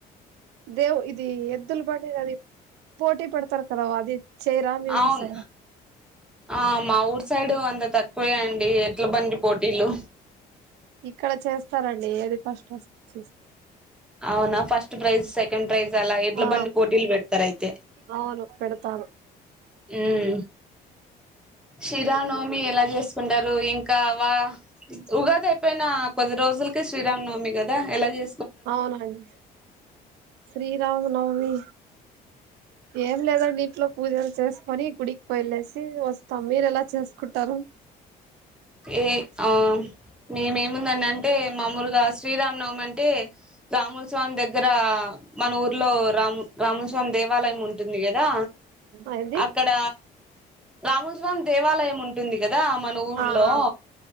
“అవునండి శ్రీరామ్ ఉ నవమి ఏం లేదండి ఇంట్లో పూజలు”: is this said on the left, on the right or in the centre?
Right